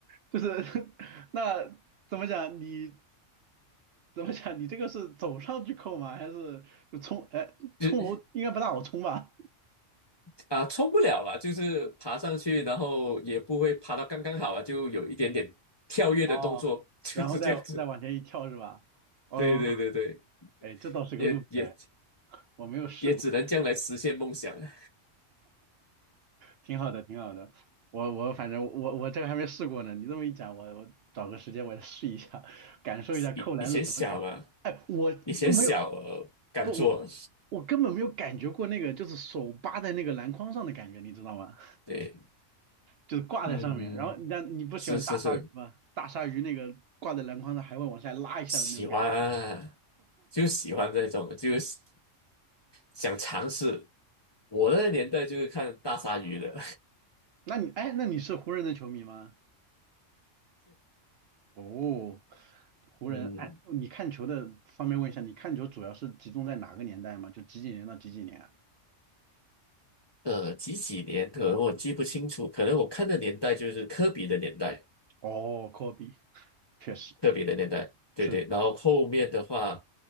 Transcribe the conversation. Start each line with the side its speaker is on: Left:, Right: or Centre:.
Right: 就是 <laughs> 那怎么讲？你怎么讲？你这个是走上去扣吗？还是就冲？哎，冲楼应该不大好冲吧？
Left: 就啊，冲不了吧，就是爬上去，然后也不会爬到刚刚好啊，就有一点点跳跃的动作，
Right: 哦，
Left: 就是这样子。
Right: 然后再再往前一跳是吧？哦，
Left: 对对对对，
Right: 哎，这倒是个路子哎，
Left: 也也
Right: 我没有试过。
Left: 也只能这样来实现梦想了。
Right: 挺好的，挺好的。我我反正我我这个还没试过呢，你这么一讲，我我找个时间我也试一下，感受一下扣篮是什么感觉。
Left: 以以前小嘛，
Right: 哎，我都没有，
Left: 以前小，呃敢做。
Right: 不，我我根本没有感觉过那个就是手扒在那个篮筐上的感觉，你知道吗？
Left: 对，
Right: 就是挂在上面，
Left: 嗯，
Right: 然后但你不喜欢大鲨鱼吗？
Left: 嗯是是是，
Right: 大鲨鱼那个挂在篮筐上还会往下拉一下的那种感觉。
Left: 喜欢啊，就喜欢这种，就是想尝试。我那个年代就是看大鲨鱼的，
Right: 那你哎，那你是湖人的球迷吗？哦，湖人，
Left: <laughs> 嗯，
Right: 哎，你看球的方面问一下，你看球主要是集中在哪个年代吗？就几几年到几几年啊？
Left: 呃，几几年可能我记不清楚，可能我看的年代就是科比的年代。
Right: 哦，科比，确实
Left: 特别的年代，对对。
Right: 是，
Left: 然后后面的话，